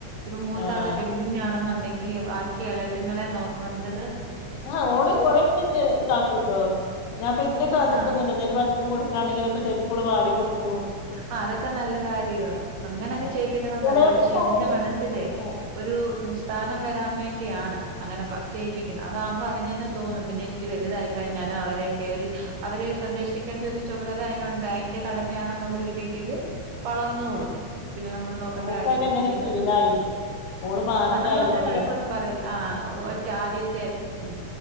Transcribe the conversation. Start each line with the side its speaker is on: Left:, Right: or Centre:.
Right: ഇപ്പൊ മൂത്താള്
Left: ആഹ് ആഹ്
Right: പെൺകുഞ്ഞാണെന്നുണ്ടെങ്കി ബാക്കി എളേത്തിങ്ങളെ നോക്കണ്ടത്
Left: ആഹ് ഓള് കൊറേ പ ഇതാക്കുട്ടോ ഞാൻ പിന്ന കാത്ത്ക്കൊന്നുല്ല
Right: ആ
Left: എന്തേലും ഭക്ഷ ഭക്ഷണംകൊട്ക്കാണ്ടെങ്കിലൊക്ക എപ്പളും വാരി കൊട്ക്കും
Right: ആഹ് അതൊക്കെ നല്ല കാര്യവാ. അങ്ങനെ അങ്ങ്
Left: ആഹ്
Right: ചെയ്യിപ്പിക്കണംന്നല്ല.
Left: ചെലേപ്പൊക്കെ
Right: പക്ഷെ അതിന്റെ
Left: ഓക്ക്
Right: മനസ്സിലേ
Left: ആഹ്
Right: ഒരു സ്ഥാനം വരാൻ വേണ്ടിയാണ് അങ്ങനെ പ ചെയ്യിപ്പിക്കുന്നത് അതാകുമ്പോ അതിനന്നെ തോന്നും. പിന്നെ ഇച്ചിരി വലുതായി കയ്ഞ്ഞാലും അവരെ കേറി അവരെ സംരക്ഷിക്കേണ്ട ഒരു ചുമതല അയ്നുണ്ട്. അയ്ന്റെ കടമയാണെന്നുള്ള ഒരു രീതിയില് വളന്നോളും.
Left: ആഹ്
Right: പിന്നെ നമ്മള് നോക്കണ്ട
Left: ഓക്കയിന്
Right: കാര്യല്ല
Left: അങ്ങനെ
Right: കുഞ്ഞ്ങ്ങളെന്നെ
Left: ശീലായി ഓള് മാത്രായതോണ്ട്
Right: അഹ് നമ്മള് അങ്ങനെ വഴക്കൊന്നും പറയില്ല ആഹ് ഒറ്റ ആദ്യത്തെ ഉം